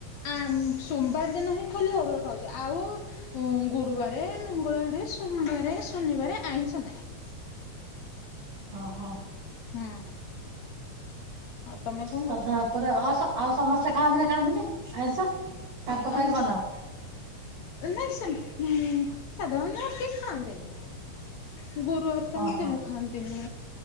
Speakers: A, on the left; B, on the right.
A: ଆମ୍ ସୋମବାର ଦିନ ହିଁ ଖାଲି ଅରୁଆ ଖାଉଚି ଆଉ ଉଁ ଗୁରୁବାରେ ମଙ୍ଗଳବାରେ ସୋମବାରେ ଶନିବାରେ ଆଇଁସ ନାହିଁ।
B: ଓହୋ
A: ହୁଁ। ଆଉ ତମେ କଣ
B: ସଧା
A: କରୁଚ?
B: ଉପରେ ଅସ ଆଉ ସମସ୍ତେ ଖାଆନ୍ତି ନା ଖାଆନ୍ତିନି ଆଇଁଷ ତାଙ୍କ
A: ଆଇଁଷ
B: ପାଇଁ ବନାଅ?
A: ନାଇଁ ସେମ୍ ଉଁ ସାଧାରଣତ କେହି ଖାଆନ୍ତିନି। ଗୁରୁବାର ତ ଆମ
B: ଓହୋ
A: ଗେଲୁ ଖାଆନ୍ତିନି।